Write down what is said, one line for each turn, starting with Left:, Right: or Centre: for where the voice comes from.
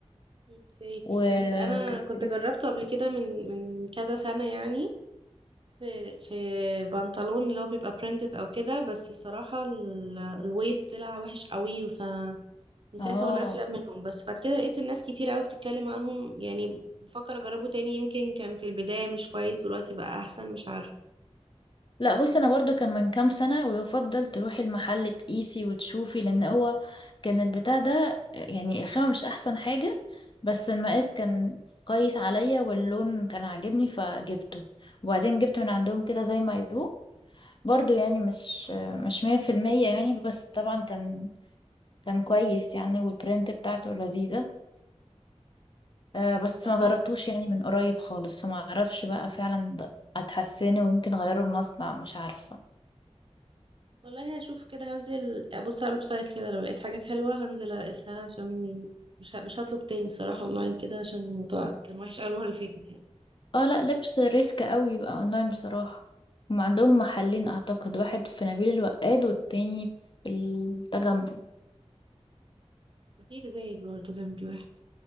Right: اوكي
Left: وكنت
Right: بس انا كنت
Left: جبت
Right: جربته قبل كده من من كذا سنه يعني في في بنطلون اللي هو بيبقى برينتد او كده بس الصراحه ال- الويست طلع وحش قوي ف من ساعتها
Left: اه
Right: وانا قافله منهم بس بعد كده لقيت الناس كتير قوي بتتكلم عنهم يعني بفكر اجربه تاني يمكن كان في البدايه مش كويس ودلوقتي بقى احسن مش عارفه
Left: لا بص انا برضو كان من كام سنة ويفضل تروحي المحل تقيسي وتشوفي لان هو كان البتاع ده يعني الخامة مش احسن حاجة بس المقاس كان كويس عليا واللون كان عاجبني فجبته وبعدين جبت من عندهم كده زي ما يهو برضو يعني مش مش مية في المية يعني بس طبعا كان كان كويس يعني والبرنت بتاعته لذيذة آه، بس
Right: طب صحيح
Left: ما جربتوش يعني من قريب خالص فما اعرفش بقى فعلا اتحسنه ويمكن غيروا المصنع مش عارفة
Right: والله هشوف كده هنزل ابص على الويب سايت كده لو لقيت حاجات حلوه هنزل اقيسها عشان مش ه- مش هطلب تاني صراحه اونلاين كده عشان الموضوع كان وحش قوي المره اللي فاتت يعني
Left: اه لا لبس ريسك قوي يبقى اونلاين بصراحة هم عندهم محلين اعتقد واحد في نبيل الوقاد والتاني في التجمع
Right: في زي برضه جنبي واحد